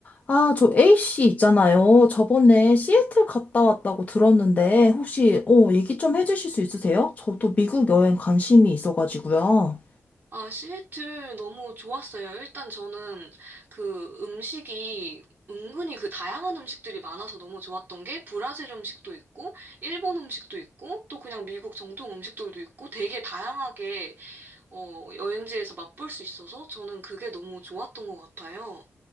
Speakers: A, on the left; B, on the right.
A: 아, 저 A씨 있잖아요. 저번에 시애틀 갔다 왔다고 들었는데, 혹시, 어, 얘기 좀 해주실 수 있으세요? 저도 미국 여행 관심이 있어가지고요.
B: 아, 시애틀 너무 좋았어요. 일단 저는 그 음식이 은근히 그 다양한 음식들이 많아서 너무 좋았던 게 브라질 음식도 있고, 일본 음식도 있고, 또 그냥 미국 정통 음식들도 있고, 되게 다양하게 어, 여행지에서 맛볼 수 있어서 저는 그게 너무 좋았던 것 같아요.